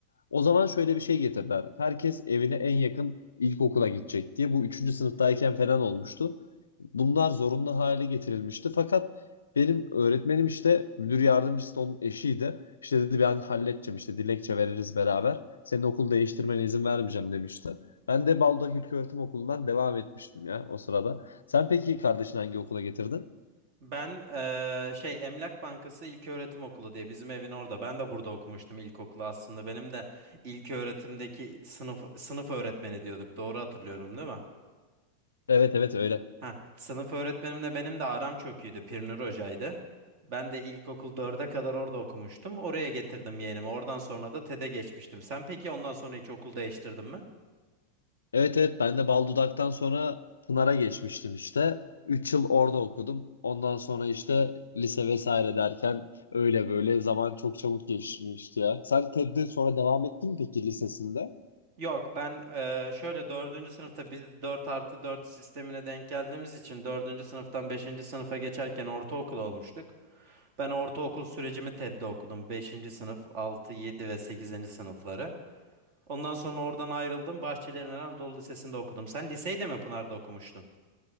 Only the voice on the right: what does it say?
Ben eee, şey Emlak Bankası İlköğretim Okulu diye bizim evin orada. Ben de burada okumuştum ilkokulu aslında. Benim de ilköğretimdeki sınıf sınıf öğretmeni diyorduk. Doğru hatırlıyorum değil mi?
Ha, sınıf öğretmenimle benim de aram çok iyiydi. Pirnur Hoca'ydı. Ben de ilkokul dörde kadar orada okumuştum. Oraya getirdim yeğenimi. Oradan sonra da TED'e geçmiştim. Sen peki ondan sonra hiç okul değiştirdin mi?
Yok ben eee, şöyle dördüncü sınıfta biz 4 artı 4 sistemine denk geldiğimiz için dördüncü sınıftan beşinci sınıfa geçerken ortaokul olmuştuk. Ben ortaokul sürecimi TED'de okudum. beşinci sınıf, 6 7 ve sekizinci sınıfları. Ondan sonra oradan ayrıldım. Bahçeli Evren Anadolu Lisesi'nde okudum. Sen liseyi de mi Pınar'da okumuştun?